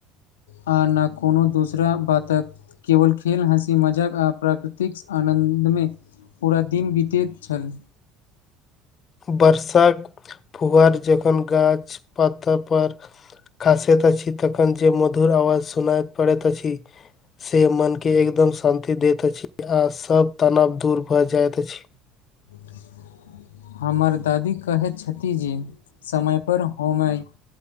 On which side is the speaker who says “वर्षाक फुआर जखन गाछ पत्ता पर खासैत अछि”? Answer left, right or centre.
Left